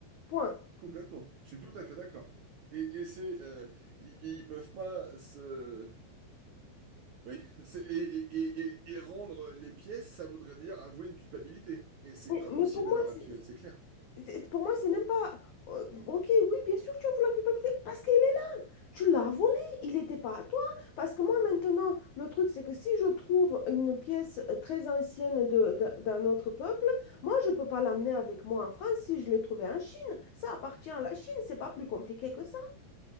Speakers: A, on the left; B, on the right.
A: Point.
B: Complètement. Je suis tout à fait d'accord. Et, et c'est. euh, ils, ils peuvent pas se. Oui, c'est, et, et, et, et rendre les pièces, ça voudrait dire avouer une culpabilité. Et c'est
A: Mais,
B: impossible
A: mais pour moi,
B: à l'heure
A: c'est,
B: actuelle, c'est clair.
A: c'est- pour moi, c'est même pas. euh, ok, oui, bien sûr, tu as vu la culpabilité parce que Tu l'as volé, il n'était pas à toi. Parce que moi, maintenant, le truc, c'est que si je trouve une pièce euh, très ancienne de, de- d'un autre peuple, moi, je ne peux pas l'amener avec moi en France si je l'ai trouvée en Chine. Ça appartient à la Chine, c'est pas plus compliqué que ça.